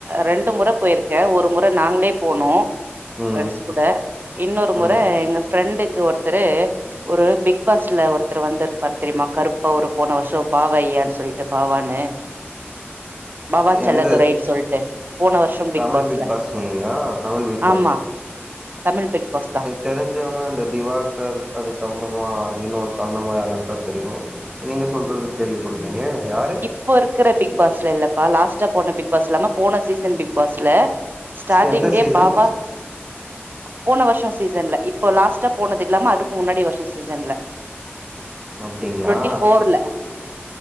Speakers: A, on the right (about 50°); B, on the right (about 20°).
A: ரெண்டு முற போயிருக்கே ஒரு முற நாங்ளே போனோ
B: ம்
A: ஃப்ரெண்ட்ஸ் கூட இன்னொரு
B: ம்
A: முற எங்க ஃப்ரெண்டுக்கு ஒருத்தரு ஒரு பிக்பாஸ்ல ஒருத்தரு வந்தருப்பாரு தெரியுமா கருப்பா ஒரு போன வர்ஷோ பாவையான்னு சொல்லிட்டு பாவானு பாவா செல்லதுரைன்
B: எந்த
A: சொல்ட்டு போன வர்ஷோ பிக்பாஸ்ல
B: தமிழ் பிக் பாஸ்ங்களா தமிழ் பிக்
A: ஆமா தமிழ் பிக்பாஸ் தா
B: தெரிஞ்சவுங்க அந்த திவாக்கர் அதுக்கப்பறமா வினோத் அந்த மாரி ஆளுங்க தா தெரியு நீங்க சொல்றது கேள்விப்பட்லயே யாரு
A: இப்ப இருக்குற பிக் பாஸ்ல இல்லப்பா லாஸ்ட்டா போன பிக் பாஸ் இல்லாம போன சீசன் பிக் பாஸ் ல ஸ்டார்டிங்கே
B: எந்த சீசன்
A: பாவா போன வர்ஷோ சீசன்ல இப்ப லாஸ்டா போனது இல்லாம அதுக்கு முன்னாடி வர்ஷோ சீசன்ல
B: அப்டிங்ளா
A: டுவெண்ட்டி ஃபோர்ல